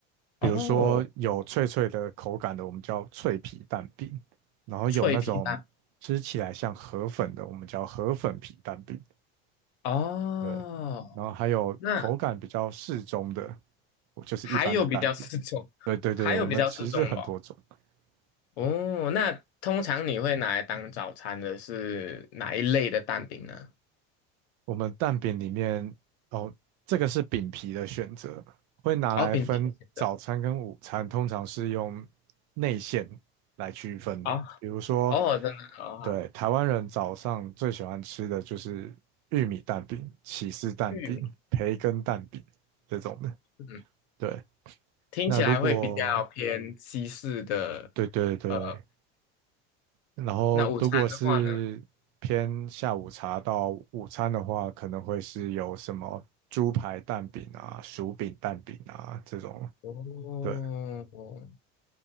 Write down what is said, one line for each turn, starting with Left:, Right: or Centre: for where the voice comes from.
Right: 比如说有脆脆的口感的，
Left: 哦
Right: 我们叫脆皮蛋饼，然后有那种吃起来像河粉的，
Left: 脆皮蛋？
Right: 我们叫河粉皮蛋饼，
Left: 哦，
Right: 对，然后还有口感比较适中的，
Left: 那
Right: 就是一般的蛋饼，
Left: 还有比较四种，
Right: 对对对，
Left: 还有比较四种咯。
Right: 我们其实很多种，
Left: 哦，
Right: 对，
Left: 那通常你会拿来当早餐的是哪一类的蛋饼呢？
Right: 我们蛋饼里面哦，这个是饼皮的选择，会拿来分早餐跟午餐，
Left: 哦，饼皮的选择。
Right: 通常是用内馅来区分的。
Left: 哦，
Right: 比如说，
Left: 哦，真的哦，好，
Right: 对，台湾人早上最喜欢吃的就是玉米蛋饼、起司蛋饼、
Left: 玉米，
Right: 培根蛋饼这种的。
Left: 嗯，
Right: 对，
Left: 听起来会比较偏西式的，
Right: 那如果对对对，
Left: 呃，
Right: 然后如果是偏下午茶到午餐的话，
Left: 那午餐的话呢？
Right: 可能会是有什么猪排蛋饼啊、薯饼蛋饼啊这种。
Left: 哦，
Right: 对，